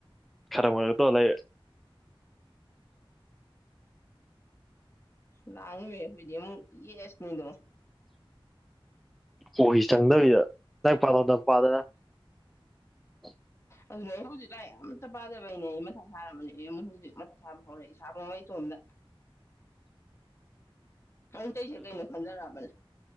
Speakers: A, in the centre; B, on the left (about 30°).
A: ꯈꯔ ꯑꯣꯏꯔ ꯇꯣꯂ
B: ꯂꯉꯃꯦ ꯍꯣꯏꯗꯃꯨ ꯌꯦꯁ ꯃꯤꯗꯣ
A: ꯀꯣꯛꯁꯤ ꯆꯪꯗꯕꯤꯗ ꯅꯪ ꯄꯥꯂꯣꯝꯗꯝ ꯄꯥꯗꯅ <unintelligible>
B: ꯑꯗꯨꯅ ꯑꯩ ꯍꯧꯖꯤꯛ ꯂꯥꯏ ꯑꯝꯇ ꯄꯥꯗꯕꯩꯅꯦ ꯑꯩ ꯃꯊꯥ ꯁꯥꯔꯝꯕꯅꯦ ꯑꯩ ꯑꯃꯨꯛ ꯍꯧꯖꯤꯛ ꯃꯊꯥ ꯁꯥꯕ ꯍꯧꯔꯛꯦ ꯏꯁꯥꯕ ꯑꯃ ꯏꯇꯣꯝꯗ ꯑ ꯇꯩꯁ ꯀꯩꯅ ꯈꯟꯗꯔꯄꯅꯤ